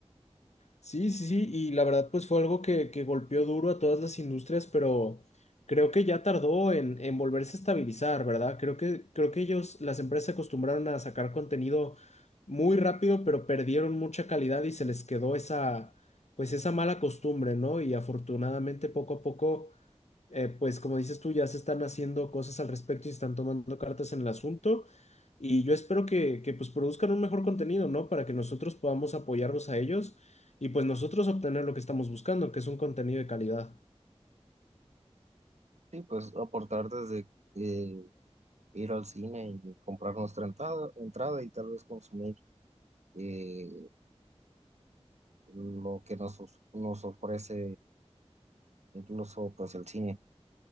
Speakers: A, on the left; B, on the right.
A: Sí, sí, sí, y la verdad pues fue algo que, que golpeó duro a todas las industrias, pero creo que ya tardó en, en volverse a estabilizar, ¿verdad? Creo que, creo que ellos, las empresas se acostumbraron a sacar contenido muy rápido, pero perdieron mucha calidad y se les quedó esa, pues esa mala costumbre, ¿no? Y afortunadamente poco a poco eh, pues como dices tú, ya se están haciendo cosas al respecto y se están tomando cartas en el asunto. Y yo espero que, que pues produzcan un mejor contenido, ¿no? Para que nosotros podamos apoyarlos a ellos y pues nosotros obtener lo que estamos buscando, que es un contenido de calidad.
B: Sí, pues aportar desde eh, ir al cine y comprar nuestra entrada, entrada y tal vez consumir eh, lo que nos, os- nos ofrece incluso pues el cine.